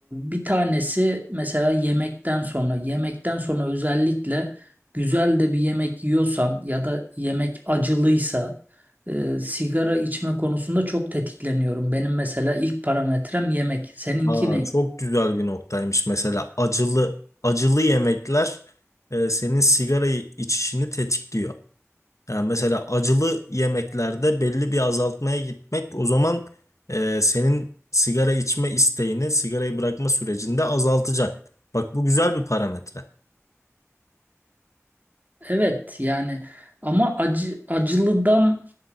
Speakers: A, on the right; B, on the left.
A: bir tanesi mesela yemekten sonra yemekten sonra özellikle güzel de bir yemek yiyorsan ya da yemek acılıysa e, sigara içme konusunda çok tetikleniyorum. Benim mesela ilk parametrem yemek. Seninki
B: Aa,
A: ne?
B: çok güzel bir noktaymış mesela acılı acılı yemekler e, senin sigarayı içişini tetikliyor. Yani mesela acılı yemeklerde belli bir azaltmaya gitmek o zaman e, senin sigara içme isteğini sigarayı bırakma sürecinde azaltacak. Bak bu güzel bir parametre.
A: Evet yani ama acı acılıdan